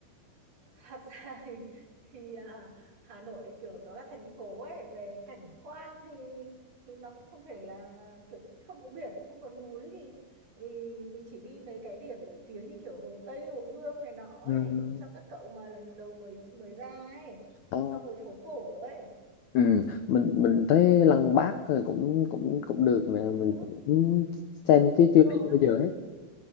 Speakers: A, on the right; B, on the left.
A: thật ra thì, thì à, Hà Nội kiểu nó là thành phố ấy về cảnh quan thì thì nó cũng không thể là kiểu không có biển không có núi thì, thì mình chỉ đi mấy cái điểm nổi tiếng như kiểu Hồ Tây Hồ Gươm này nọ
B: ừ,
A: ấy cho các cậu mà lần đầu mới mới ra ấy
B: à,
A: xong rồi phố cổ ấy
B: ừ, mình mình thấy Lăng Bác rồi cũng cũng cũng được nè
A: ừ
B: mình cũng xem chứ
A: đúng
B: chưa
A: rồi
B: đi bao giờ hết